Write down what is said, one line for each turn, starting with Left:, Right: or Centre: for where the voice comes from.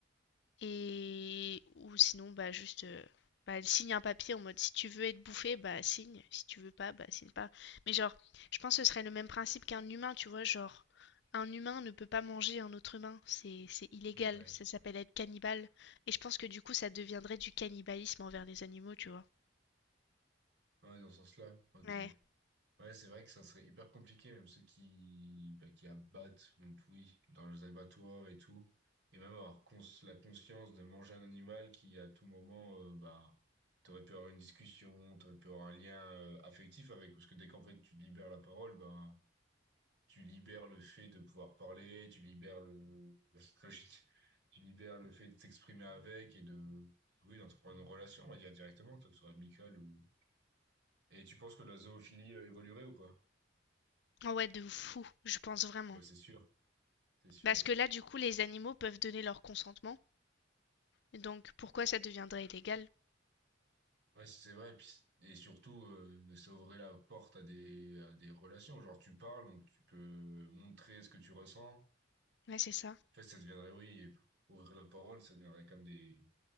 Left: Et ou sinon bah juste euh, bah, elle signe un papier en mode si tu veux être bouffé, bah signe, si tu veux pas, bah signe pas. Mais genre, je pense que ce serait le même principe qu'un humain, tu vois, genre un humain ne peut pas manger un autre humain, c'est c'est illégal,
Right: ouais.
Left: ça s'appelle être cannibale et je pense que du coup ça deviendrait du cannibalisme envers les animaux, tu vois.
Right: Ouais, dans ce sens-là, ok.
Left: Ouais.
Right: Ouais, c'est vrai que ça serait hyper compliqué, même ceux qui, bah, qui abattent, donc oui, dans les abattoirs et tout. Et même avoir cons- la conscience de manger un animal qui, à tout moment, euh, bah, t'aurais pu avoir une discussion, t'aurais pu avoir un lien euh, affectif avec, parce que dès qu'en fait tu libères la parole, bah, tu libères le fait de pouvoir parler, tu libères le, <laughs> tu libères le fait de t'exprimer avec et de, oui, d'entreprendre une relation, on va dire directement, que ce soit amicale ou. Et tu penses que la zoophilie euh, évoluerait ou pas?
Left: Ah ouais, de fou, je pense vraiment.
Right: Ouais, c'est sûr, c'est sûr.
Left: Parce que là du coup les animaux peuvent donner leur consentement, donc pourquoi ça deviendrait illégal?
Right: Ouais, c'est vrai. Et, puis, et surtout, euh, ça ouvrait la porte à des, à des relations. Genre, tu parles, donc tu peux montrer ce que tu ressens. En
Left: Ouais, c'est ça.
Right: fait, ça deviendrait, oui, ouvrir la parole, ça deviendrait comme des,